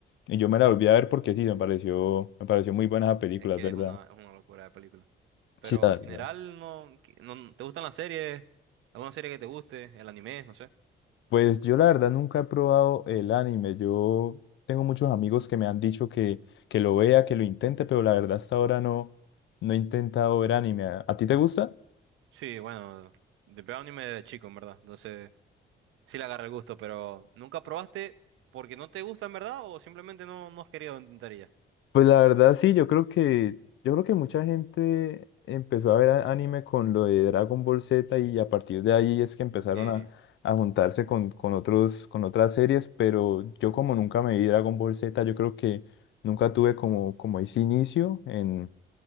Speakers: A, on the left; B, on the right.
A: Y yo me la volví a ver porque sí, me pareció, me pareció muy buena esa película,
B: Es que
A: es ¿verdad?
B: es una, es una locura de película. Pero
A: Sí, la
B: en
A: verdad.
B: general, no, que- no- ¿te gustan las series? ¿Alguna serie que te guste? ¿El anime? No sé.
A: Pues yo la verdad nunca he probado el anime. Yo tengo muchos amigos que me han dicho que, que lo vea, que lo intente, pero la verdad hasta ahora no, no he intentado ver anime. ¿A, a ti te gusta?
B: Sí, bueno, de veo anime de chico, en verdad. Entonces, sí le agarra el gusto, pero ¿nunca probaste porque no te gusta, en verdad? ¿O simplemente no, no has querido intentar y ya?
A: Pues la verdad sí, yo creo que yo creo que mucha gente empezó a ver a- anime con lo de Dragon Ball Z y a partir de ahí es que empezaron
B: Sí.
A: a, a juntarse con, con otros con otras series, pero yo como nunca me vi Dragon Ball Z, yo creo que nunca tuve como como ese inicio en,